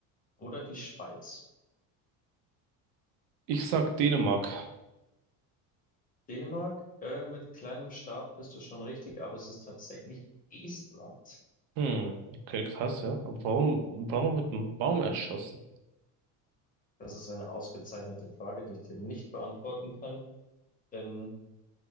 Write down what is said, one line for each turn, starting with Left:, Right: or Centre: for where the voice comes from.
Left: oder die Schweiz?
Right: ich sag Dänemark.
Left: Dänemark, äh, mit kleinem Staat bist du schon richtig, aber es ist tatsächlich Estland.
Right: Hm, okay, krass, ja. Aber warum, warum wird ein Baum erschossen?
Left: Das ist eine ausgezeichnete Frage, die ich dir nicht beantworten kann, denn